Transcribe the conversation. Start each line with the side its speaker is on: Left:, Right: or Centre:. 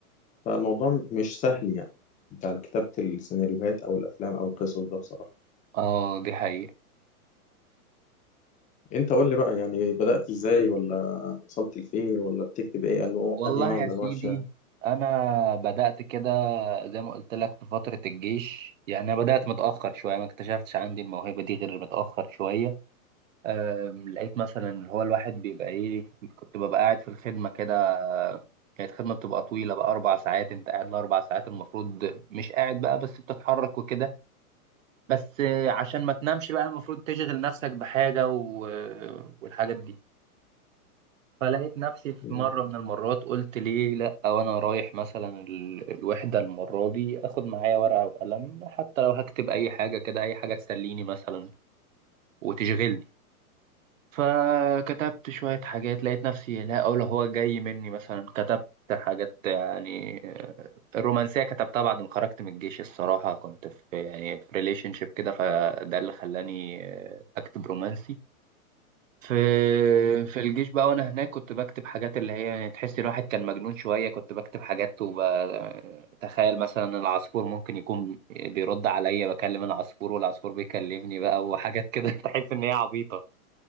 Left: فالموضوع مش سهل يعني بتاع كتابة السيناريوهات أو الأفلام أو القصص ده بصراحة
Right: اه دي حقيقه
Left: انت قول لي بقى يعني بدأت ازاي ولا وصلت لفين ولا بتكتب ايه انه
Right: والله
Left: انهي نوع من
Right: يا سيدي
Left: انواع الشعر
Right: انا بدات كده زي ما قلت لك في فتره الجيش يعني انا بدات متاخر شويه ما اكتشفتش عندي الموهبه دي غير متاخر شويه آم، لقيت مثلا اللي هو الواحد بيبقى ايه كنت ببقى قاعد في الخدمة كده كانت خدمة بتبقى طويلة بقى أربع ساعات أنت قاعد الأربع ساعات المفروض مش قاعد بقى بس بتتحرك وكده بس آه، عشان ما تنامش بقى المفروض تشغل نفسك بحاجة و... آه، والحاجات دي فلقيت نفسي في
Left: مم.
Right: مرة من المرات قلت ليه لأ وأنا رايح مثلا ال- الوحدة المرة دي آخد معايا ورقة وقلم حتى لو هكتب أي حاجة كده أي حاجة تسليني مثلا وتشغلني فكتبت شوية حاجات لقيت نفسي لا أقول هو جاي مني مثلا كتبت حاجات يعني آه، الرومانسية كتبتها بعد ما خرجت من الجيش الصراحة كنت في يعني في ريليشن شيب كده فده اللي خلاني آه، أكتب رومانسي في في الجيش بقى وأنا هناك كنت بكتب حاجات اللي هي يعني تحس الواحد كان مجنون شوية كنت بكتب حاجات وبتخيل مثلا العصفور ممكن يكون بيرد عليا بكلم العصفور والعصفور بيكلمني بقى وحاجات كده <laughs> تحس إن هي عبيطة